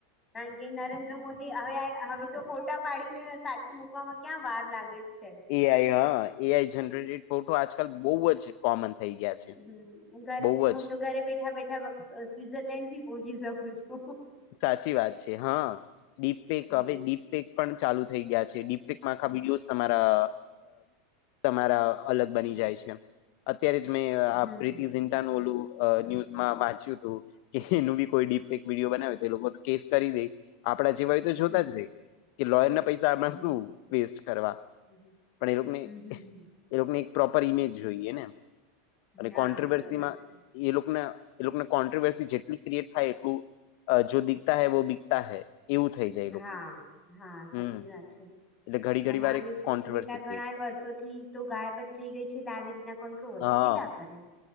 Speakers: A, on the left; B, on the left.
A: કારણ કે નરેન્દ્ર મોદી હવે હવે તો ફોટા પાડીને સાથે મુકવામાં ક્યાં વાર લાગે. છે
B: એ આઈ હા એ આઈ જનરેટેડ ફોટો આજકાલ બહુ જ કોમન થઈ ગયા છે.
A: હમમ ઘર
B: બહુ
A: હું
B: જ
A: તો ઘરે બેઠા બેઠા સ્વિટઝરલેન્ડ બી પહોંચી શકું છું.
B: સાચી વાત છે હા ડીપેક
A: હમ
B: હવે ડીપેક પણ ચાલુ થઈ ગયા છે ડીપેકમાં આખા વિડીયોસ તમારા તમારા અલગ બની જાય છે અત્યારે જ મેં
A: હમ
B: પ્રીટી ઝિન્ટા ઓલું ન્યુઝમાં વાંચ્યું તું કે એનું બી કોઈ ડીપેક વિડીયો બનાવ્યું તે એ લોકો કેસ કરી દે આપણા જેવા હોય તો જોતા
A: હમ
B: જ રેય. કે લોયર ના પૈસા આમાં
A: હમ
B: શું વેસ્ટ કરવા
A: હમ
B: પણ એ લોકોને
A: હમ હમ
B: એ લોકોને એક પ્રોપર ઇમેજ જોઈએ ને
A: ના
B: એટલે કોન્ટ્રોવર્સીમાં
A: બરોબર છે
B: એ લોકોને એ લોકોને કોન્ટ્રોવર્સી જેટલી ક્રિએટ થાય એટલું અ જો દિખતા હૈ વો બીકતા હૈ. એવું થઈ જાય એ લોકોને
A: હા હા સાચી
B: હમ
A: વાત છે.
B: એટલે ઘડી ઘડી
A: અને
B: વાર
A: આમ
B: એક
A: યે પ્રીતિ
B: કોન્ટ્રોવર્સી
A: ઝિન્ટા ઘણા
B: ક્રિએટ
A: યે
B: થાય
A: વર્ષોથી તો ગાયબ જ થઈ ગઈ છે એટલે આવી રીતના કોન્ટ્રોવર્સી
B: હા
A: પેદા કરે.